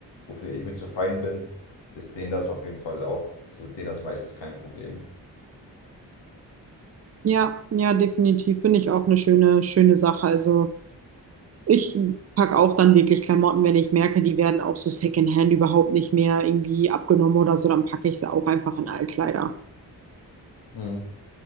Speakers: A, on the left; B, on the right.
A: Wofür ich mir zu fein bin, ist denen das auf jeden Fall auch, also denen das meistens kein Problem.
B: Ja, ja, definitiv. Finde ich auch eine schöne, schöne Sache. Also ich packe auch dann wirklich Klamotten, wenn ich merke, die werden auch so Secondhand überhaupt nicht mehr irgendwie abgenommen oder so, dann packe ich sie auch einfach in Altkleider.
A: Mhm.